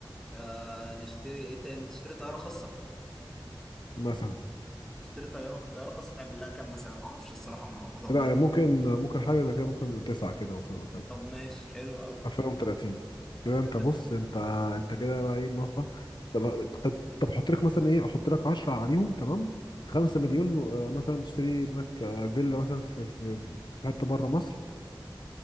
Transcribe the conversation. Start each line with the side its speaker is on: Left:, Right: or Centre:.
Centre: آه نشتري ايه تاني تشتري طيارة خاصة
Left: مثلا
Centre: تشتري طيارة طيارة خاصة تعمل لها كام مثلا ما اعرفش الصراحة ما ما دورت
Left: لا ممكن ممكن حاجة زي كده ممكن تسعة كده مثلا
Centre: طب ماشي حلو قوي
Left: 2030 كده
Centre: فيلا
Left: انت بص انت انت كده بقى ايه مرفه طب طب طب حط لك مثلا ايه احط لك 10 عليهم تمام 5 مليون آه، مثلا تشتري لك آه، فيلا مثلا في في في في حته بره مصر